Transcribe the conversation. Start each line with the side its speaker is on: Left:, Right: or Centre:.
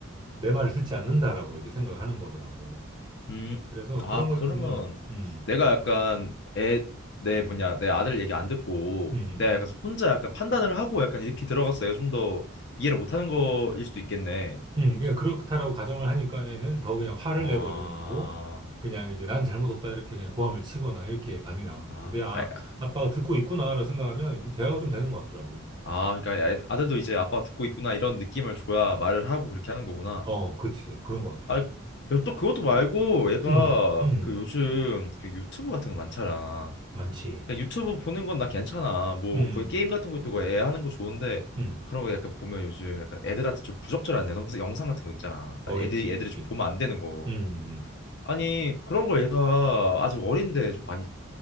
Right: 내 말을 듣지 않는다라고 이렇게 생각하는 거더라고.
Left: 음,
Right: 그래서
Left: 아,
Right: 그런 걸
Left: 그러면
Right: 좀, 음,
Left: 내가 약간 애, 내 뭐냐, 내 아들 얘기 안 듣고
Right: 음,
Left: 내가
Right: 음,
Left: 약간 혼자 약간 판단을 하고 약간 이렇게 들어가서 내가 좀 더 이해를 못하는 거일 수도 있겠네.
Right: 음, 음, 그냥 그렇다라고 가정을 하니까 애는 더 그냥 화를
Left: 아,
Right: 내버리는 거고 그냥 이제 난 잘못 없다 이렇게 그냥 고함을 치거나 이렇게 반응이 나오는 거지.
Left: 아,
Right: 근데 아,
Left: 아,
Right: 아빠가 듣고 있구나라고 생각하면 대화가 좀 되는 것 같더라고.
Left: 아, 그러니까 애- 아들도 이제 아빠 듣고 있구나 이런 느낌을 줘야 말을 하고 그렇게 하는 거구나.
Right: 어, 그렇지. 그런 것 같아.
Left: 아, 그리고 또 그것도 말고 얘가
Right: 음, 음,
Left: 그 요즘 그 유튜브 같은 거 많잖아.
Right: 많지.
Left: 그냥 유튜브 보는 건 나 괜찮아. 뭐
Right: 음.
Left: 거의 게임 같은 것도 그애 하는 거 좋은데
Right: 음.
Left: 그런 거 약간 보면 요즘 약간 애들한테 좀 부적절한 영- 영상 같은 거 있잖아.
Right: 어,
Left: 아니, 애들이
Right: 있지,
Left: 애들이
Right: 있지.
Left: 좀 보면 안 되는 거.
Right: 음,
Left: 아니 그런 걸 얘가 아직 어린데 좀 많이